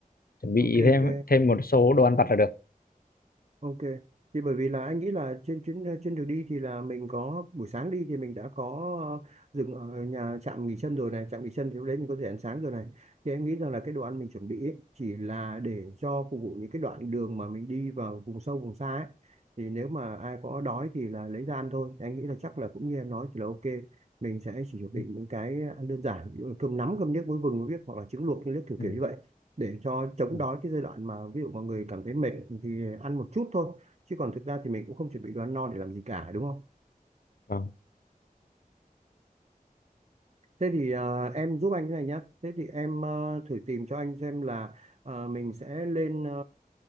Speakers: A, on the left; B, on the right.
A: chuẩn bị
B: ok
A: thêm
B: ok.
A: thêm một số đồ ăn vặt là được
B: Ok. Thì bởi vì là anh nghĩ là trên chuyến ờ, trên đường đi thì là mình có buổi sáng đi thì mình đã có ờ, dừng ở nhà trạm nghỉ chân rồi này, trạm nghỉ chân thì lúc đấy mình có thể ăn sáng rồi này. Thì anh nghĩ rằng là cái đồ ăn mình chuẩn bị ấy, chỉ là để cho phục vụ những cái đoạn đường mà mình đi vào vùng sâu vùng xa ấy. Thì nếu mà ai có đói thì là lấy ra ăn thôi. Thì anh nghĩ là chắc là cũng như em nói thì là ok. Mình sẽ chỉ chuẩn bị
A: ừ,
B: những cái ăn đơn giản, ví dụ là cơm nắm, cơm niếc muối vừng muối biếc hoặc là trứng luộc những nước kiểu
A: ừ,
B: kiểu như vậy để cho chống
A: ừ.
B: đói cái giai đoạn mà ví dụ mọi người cảm thấy mệt thì ăn một chút thôi chứ còn thực ra thì mình cũng không chuẩn bị đồ ăn no để làm gì cả đúng không
A: Vâng.
B: thế thì ờ, em giúp anh cái này nhá thế thì em ờ, thử tìm cho anh xem là ờ, mình sẽ lên ờ,